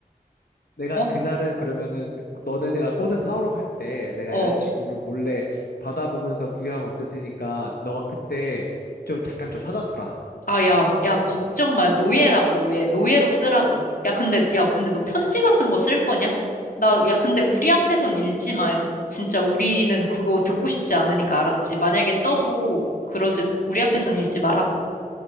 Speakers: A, on the left; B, on the left.
A: 내가
B: 어?
A: 그날은 그러면은 너네가 꽃을 사오러 갈 때 내가
B: 어.
A: 여자친구를 몰래 바다 보면서 구경하고 있을 테니까 너가 그때 좀 잠깐 좀 사다 주라.
B: 아, 야, 야, 걱정 마. 노예라고, 노예. 노예로 쓰라고. 야, 근데, 야, 근데 너 편지 같은 거 쓸 거냐? 나, 야, 근데 우리 앞에선 읽지 마. 진짜 우리는 그거 듣고 싶지 않으니까, 알았지? 만약에 써도, 그러지, 우리 앞에선 읽지 마라.